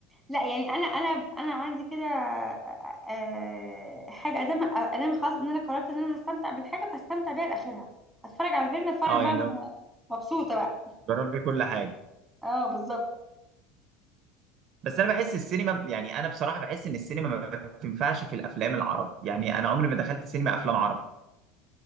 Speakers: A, in the centre; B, on the right.
A: لا يعني انا انا انا عندي كده آه، حاجه ادام ادام خلاص ان انا قررت ان انا هستمتع بالحاجه فهستمتع بيها لاخرها هتفرج على فيلم اتفرج
B: اه
A: بقى
B: يعني
A: مبسوطه بقى
B: جربي كل حاجه
A: اه بالظبط
B: بس انا بحس السينما يعني انا بصراحه بحس ان السينما ما تنفعش في الافلام العربي يعني انا عمري ما دخلت سينما افلام عربي